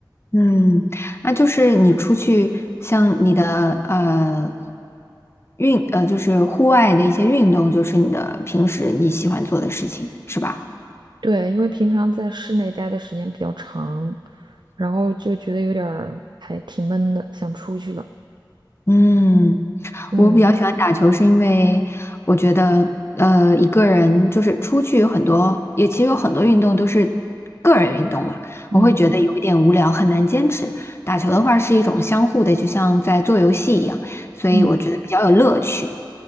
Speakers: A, on the left (about 30°); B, on the right (about 65°).
A: 嗯，那就是你出去像你的呃运呃，就是户外的一些运动，就是你的平时你喜欢做的事情，是吧？
B: 对，因为平常在室内待的时间比较长，然后就觉得有点儿还挺闷的，想出去了。
A: 嗯。
B: 嗯
A: 我比较喜欢打球，是因为我觉得，呃，一个人就是出去有很多，也其实有很多运动都是个人运动嘛，
B: 嗯
A: 我会觉得有一点无聊，很难坚持。打球的话是一种相互的，就像在做游戏一样，所以我觉得比较有乐趣。
B: 嗯。